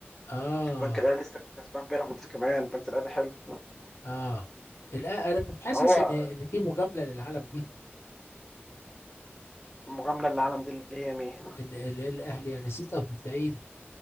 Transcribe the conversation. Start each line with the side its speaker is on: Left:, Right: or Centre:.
Left: آه
Centre: البنك الاهلي لسه كسبان بيراميدز كمان البنك الاهلي حلو
Left: آه الأ... أنا مش حاسس
Centre: ما هو
Left: إن إن في مجاملة للعالم دي
Centre: المجامله اللي العالم دي اللي هي مين
Left: إن ال- الأهلي يعني 96